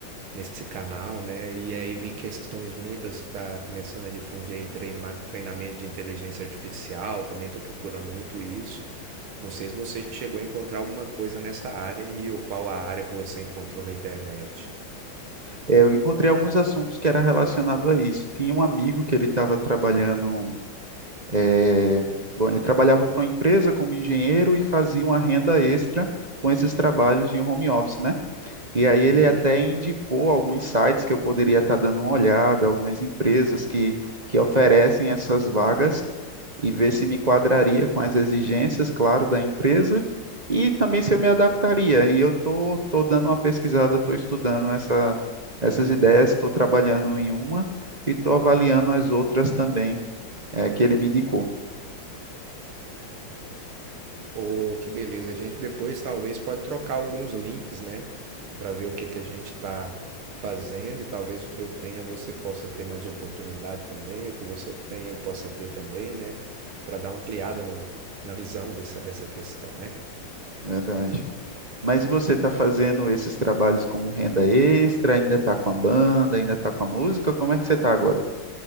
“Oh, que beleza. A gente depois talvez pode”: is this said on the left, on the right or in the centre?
Right